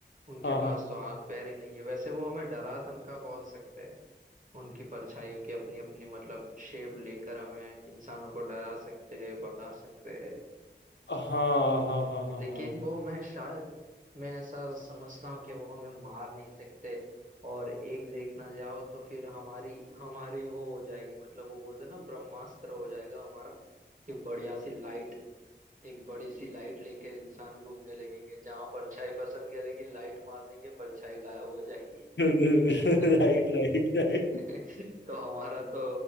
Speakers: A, on the right (about 45°); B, on the left (about 75°).
A: उनके
B: हाँ
A: पास
B: हाँ
A: तो हाथ पैर ही नहीं है वैसे वो हमें डरा धमका बहुत सकते हैं उनकी परछाइयों की अपनी अपनी मतलब शेप लेकर हमें इंसानों को डरा सकते हैं भगा सकते हैं
B: हाँ हाँ हाँ हाँ
A: लेकिन
B: हाँ
A: वो मैं शायद मैं ऐसा समझता हूँ कि वो हमें मार नहीं सकते और एक देखना जाओ तो फिर हमारी हमारी वो हो जाएगी मतलब वो बोलते हैं ना ब्रह्मास्त्र हो जाएगा हमारा कि बढ़िया सी लाइट एक बड़ी सी लाइट लेकर इंसान घूमने लगेंगे जहां परछाई पसंद करेगी लाइट मार देंगे परछाई गायब हो जाएगी
B: <laughs> Right
A: <laughs>
B: right right
A: तो हमारा तो